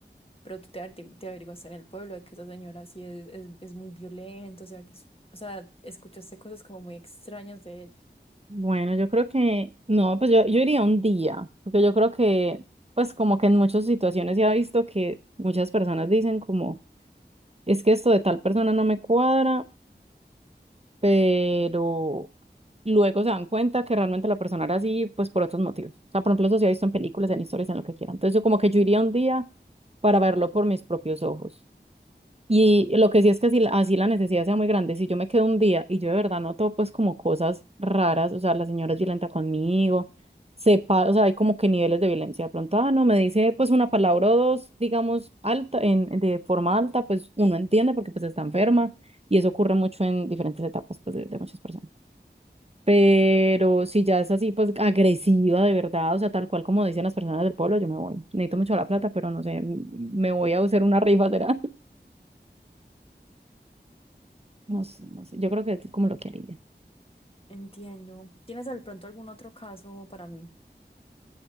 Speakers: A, on the left; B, on the right.
A: pero tú te, avertigu- te averiguaste en el pueblo de que esa señora sí es, es, es muy violenta, o sea, que es- o sea, escuchaste cosas como muy extrañas de ella.
B: bueno, yo creo que, no, pues yo, yo iría un día, porque yo creo que, pues como que en muchas situaciones se ha visto que muchas personas dicen como, es que esto de tal persona no me cuadra pero luego se dan cuenta que realmente la persona era así, pues por otros motivos. O sea, por ejemplo, eso se ha visto en películas, en historias, en lo que quieran. Entonces, yo como que yo iría un día para verlo por mis propios ojos. Y lo que sí es que si la- así la necesidad sea muy grande, si yo me quedo un día y yo de verdad noto pues como cosas raras, o sea, la señora es violenta conmigo, sepa, o sea, hay como que niveles de violencia. De pronto, ah, no, me dice pues una palabra o dos, digamos, alta, en, en- de forma alta, pues uno entiende porque pues está enferma y eso ocurre mucho en diferentes etapas pues de, de muchas personas. Pero si ya es así pues agresiva de verdad, o sea, tal cual como dicen las personas del pueblo, yo me voy. Necesito mucho la plata, pero no sé, m- me voy a hacer una rifa, ¿será? No sé, no sé. Yo creo que es como lo que haría.
A: Entiendo. ¿Tienes de pronto algún otro caso para mí?